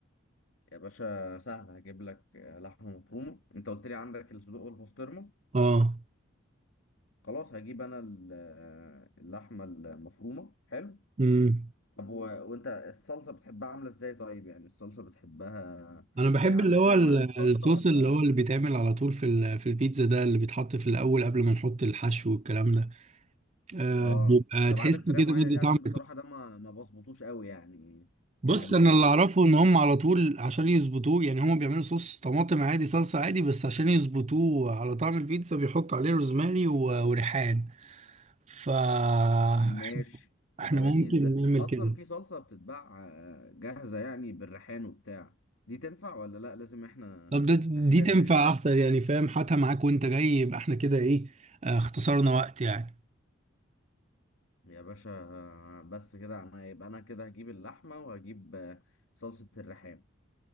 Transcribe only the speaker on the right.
اه
امم
انا بحب
اللي هو
ال-
الصوص
اللي هو اللي بيتعمل على طول في ال- في البيتزا ده اللي بيتحط في الاول قبل ما نحط الحشو والكلام ده آه
بيبقى
تحس
كده
بدي
طعم
بص
انا اللي اعرفه ان هم على طول عشان يظبطوه يعني هم بيعملوا صوص طماطم عادي صلصة عادي بس عشان يظبطوه على طعم البيتزا بيحطوا عليه روزماري و- وريحان ف احنا
إحنا
ممكن
نعمل
كده
طب ده
دي تنفع
احسن يعني فاهم هاتها معاك وانت جاي يبقى احنا كده ايه آه، اختصرنا وقت يعني